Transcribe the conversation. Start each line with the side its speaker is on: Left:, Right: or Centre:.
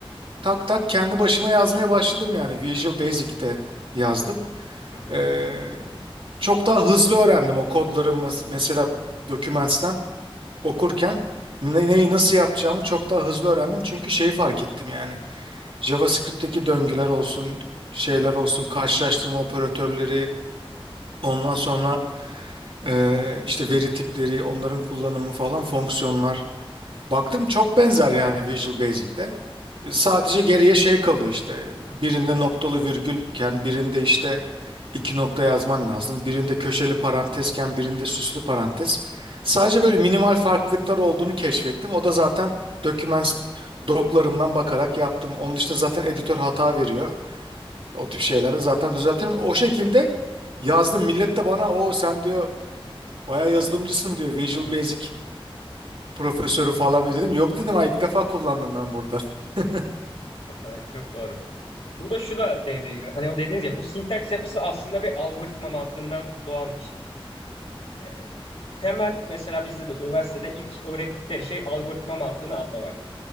Right: tak tak kendi başıma yazmaya başladım yani Visual Basic'te yazdım.
Left: hı hı,
Right: Ee, çok daha hızlı öğrendim o kodları mes- mesela dokümentten okurken ne, neyi nasıl yapacağımı çok daha hızlı öğrendim. Çünkü şeyi fark ettim yani JavaScript'teki döngüler olsun şeyler
Left: hı hı,
Right: olsun karşılaştırma operatörleri ondan sonra e, işte veri tipleri onların kullanımı falan fonksiyonlar. Baktım çok benzer yani Visual Basic'te. E, Sadece geriye şey kalıyor işte birinde noktalı virgülken birinde işte iki nokta yazman lazım. Birinde köşeli parantezken birinde süslü parantez. Sadece böyle minimal farklılıklar olduğunu keşfettim. O da zaten doküman doklarından bakarak yaptım. Onun dışında zaten editör hata veriyor. O tip şeyleri zaten düzeltirim. O şekilde yazdım. Millet de bana o sen diyor bayağı yazılımcısın diyor Visual
Left: hı hı.
Right: Basic profesörü falan mı dedim. Yok dedim ha ilk defa kullandım ben burada. <laughs>
Left: Evet çok doğru. Burada şu da devreye giriyor. Hani o dediğiniz ya bu sintaks yapısı aslında bir algoritma mantığından doğan bir şey. Ee, temel mesela bizde de üniversitede ilk öğrettikleri şey algoritma mantığını anlamak.